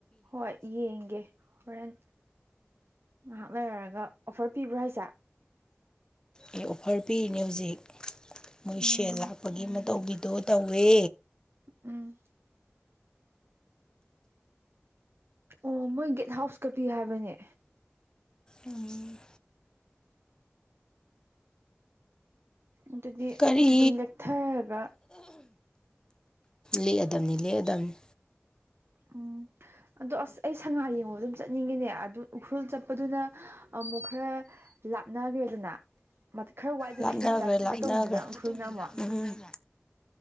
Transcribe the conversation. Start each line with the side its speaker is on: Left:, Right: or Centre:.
Right: ꯍꯣꯏ ꯌꯦꯡꯒꯦ ꯍꯣꯔꯦꯟ ꯉꯍꯥꯛ ꯂꯩꯔꯒ ꯑꯣꯐꯔ ꯄꯤꯕ꯭ꯔꯣ ꯍꯥꯏꯁꯦ
Left: ꯑꯦ ꯑꯣꯐꯔ ꯄꯤꯔꯤꯅꯦ ꯍꯧꯖꯤꯛ ꯃꯣꯏ
Right: ꯎꯝ
Left: ꯁꯦꯜ ꯂꯥꯛꯄꯒꯤ ꯑꯃ ꯇꯧꯕꯤꯗꯣ ꯇꯧꯋꯦ
Right: ꯎꯝ ꯑꯣ ꯃꯣꯏ ꯒꯦꯠ ꯍꯥꯎꯁꯀ ꯄꯤꯌꯨ ꯍꯥꯏꯕꯅꯦ
Left: ꯎꯝ
Right: ꯑꯗꯨꯗꯤ
Left: ꯀꯔꯤ
Right: ꯑꯗꯨꯝ ꯂꯦꯛꯊꯔꯒ
Left: ꯂꯑꯗꯕꯅꯤ ꯂꯦꯛꯑꯗꯝꯕꯅꯤ
Right: ꯎꯝ ꯑꯗꯣ ꯑꯁ ꯑꯩ ꯁꯉꯥꯏ ꯌꯦꯡꯉꯨ ꯑꯗꯨꯝ ꯆꯠꯅꯤꯡꯉꯤꯅꯦ ꯑꯗꯨ ꯎꯈ꯭ꯔꯨꯜ ꯆꯠꯄꯗꯨꯅ ꯑꯃꯨꯛ ꯈꯔ ꯂꯥꯞꯅꯈ꯭ꯔꯦꯗꯅ ꯈꯔ ꯋꯥꯏꯗꯅ
Left: ꯂꯥꯞꯅꯈ꯭ꯔꯦ
Right: ꯏꯪꯊꯝꯊꯥ
Left: ꯂꯥꯞꯅꯈ꯭ꯔꯦ
Right: ꯆ ꯇꯧꯅꯤꯡꯅꯤꯗꯅ ꯎꯈ꯭ꯔꯨꯜꯅ ꯑꯃꯨꯛ
Left: ꯎꯝ